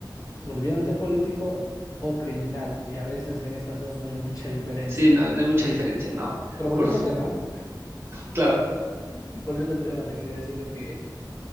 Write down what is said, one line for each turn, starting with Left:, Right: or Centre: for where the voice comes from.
Left: volviéndote político o criminal. Y a veces en estas dos no hay mucha <laughs> diferencia.
Right: Sí, no, no hay mucha diferencia, no.
Left: Pero volviendo
Right: Por,
Left: al tema,
Right: claro,
Left: <laughs> volviendo al tema, te quería decirte que